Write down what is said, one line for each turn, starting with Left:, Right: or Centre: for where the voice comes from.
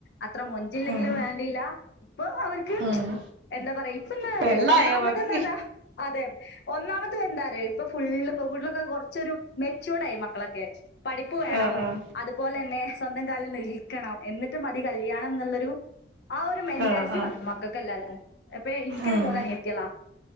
Left: അത്ര മൊഞ്ചില്ലെങ്കിലും
Right: ഉം
Left: വേണ്ടില്ല ഇപ്പൊ അവർക്ക്
Right: ഉം
Left: എന്താ പറയാ ഇപ്പൊ എന്നാ
Right: പെണ്ണായാ
Left: അറിയോ ഒന്നാമത്
Right: മതി
Left: ന്ന് പറഞ്ഞ അതെ ഒന്നാമത് എന്താറ ഇപ്പൊ ഫുള് പെൺകുട്ടികലൊക്കെ കുറച്ചൊരു മെച്യൂർഡ ആയി മ മക്കളൊക്കെ പഠിപ്പ് വേണം
Right: ആഹ്
Left: അതുപോലെ തന്നെ സ്വന്തം കാലിൽ നിൽക്കണം എന്നിട്ട് മതി കല്യാണം എന്നുള്ളൊരു ആ ഒരു മെന്റാലിറ്റി
Right: ആഹ് ആഹ് ആഹ്
Left: വന്നു മക്കൾക്ക് എല്ലാവർക്കും അപ്പൊ ഇന്ക്ക് തന്നെ
Right: ഉം
Left: മൂന്ന് അനിയത്തിയളാ